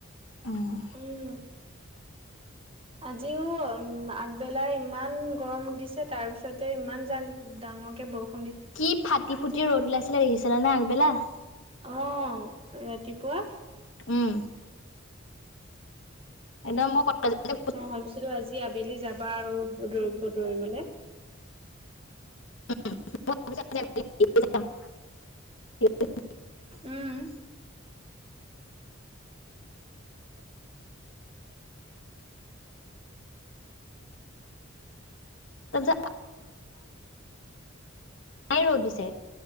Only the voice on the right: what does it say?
উম আজিওম আগবেলাৰ ইমান গৰম দিছে তাৰ পিছতে ইমান ডাঙৰকে বৰষুণ ।
অ ৰাতিপুৱা
মই ভাবিছিলো আজি আবেলি যাব। বা আৰু ধৰিবলে
উম